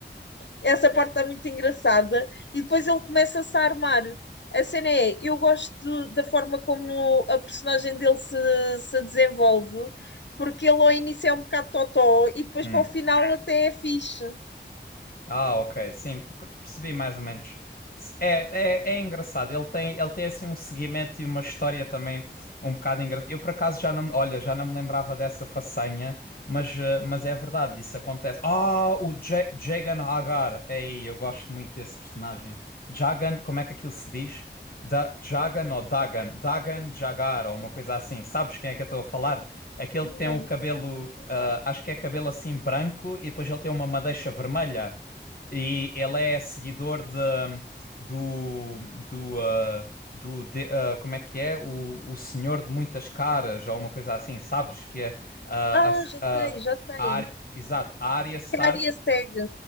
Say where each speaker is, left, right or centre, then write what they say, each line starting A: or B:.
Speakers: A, on the left (about 70°); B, on the left (about 50°).
A: Essa parte está muito engraçada. E depois ele começa-se a armar. A cena é, eu gosto da forma como a personagem dele se, se desenvolve, porque ele ao início é um bocado totó e depois
B: Hum.
A: para o final até é fixe.
B: Ah, ok, sim, per- percebi mais ou menos. Se- É, é, é engraçado, ele tem, ele tem assim um seguimento e uma história também um bocado engraçada. Eu por acaso já não, me- olha, já não me lembrava dessa façanha, mas, eh, mas é verdade, isso acontece. Ah, o Ja- Jagan Hagar, ei, eu gosto muito desse personagem. Jagan, como é que aquilo se diz? Da, Jagan ou Dagan? Dagan Jagar ou uma coisa assim, sabes quem é que eu estou a falar? Aquele
A: Não.
B: que tem o cabelo, ah, acho que é cabelo assim branco e depois ele tem uma madeixa vermelha. E ele é seguidor de, do, do, ah, do de- ah, como é que é? O, o Senhor de Muitas Caras, ou uma coisa assim, sabes? Que é, ah,
A: Ah, já
B: a,
A: sei,
B: a,
A: já sei.
B: a Ar- exato, a Arya Stark,
A: que a área segue.